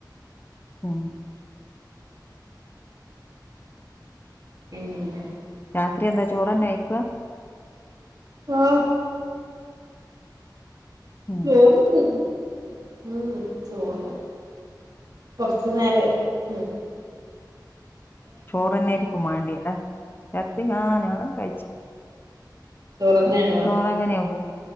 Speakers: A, on the left (about 30°); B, on the right (about 55°).
A: ഉം
B: പിന്നെ
A: രാത്രി എന്താ ചോറന്നെ കയ്ക്കുവ
B: ആഹ്
A: ഉം
B: ചോറ് ത് ന്ന് ഉം ഉം ചോറ് കൊർച്ച് നേരായി ത് ന്ന്ട്ട്
A: ചോറെന്നെയിരിക്കും മാണ്ടിയെ ലേ രാത്രി ആഹ് ഞങ്ങളൊക്കെ കഴിച്ച്
B: ചോറ്ന്നേണോ
A: വിടെ ചോറ് അങ്ങനെയ പോ